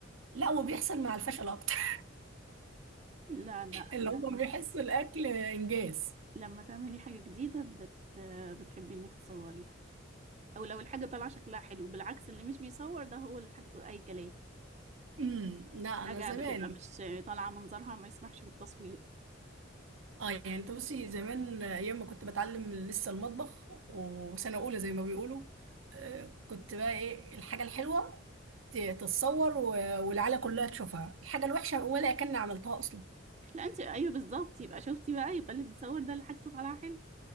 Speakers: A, on the right; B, on the right.
A: لا وبيحصل مع الفشل اكتر <laughs>
B: لا لا
A: اللي
B: لما
A: هم بيحسوا الاكل انجاز
B: لما تعملي حاجة جديدة بت... بتحبي انك تصوريها او لو الحاجة طالعة شكلها حلو بالعكس اللي مش بيصور ده هو اللي حاجته اي كلام
A: امم لا انا
B: حاجة
A: زمان
B: بتبقى مش طالعة منظرها ما يسمحش بالتصوير
A: اه يعني انت بصي زمان ايام ما كنت بتعلم لسه المطبخ وسنه اولى زي ما بيقولوا آه، كنت بقى ايه الحاجه الحلوه ت- تتصور و- والعيله كلها تشوفها الحاجه الوحشه ولا كان عملتها اصلا
B: لا انت ايوه بالظبط يبقى شفتي بقى يبقى اللي بيصور ده اللي حاجته طالعة حلو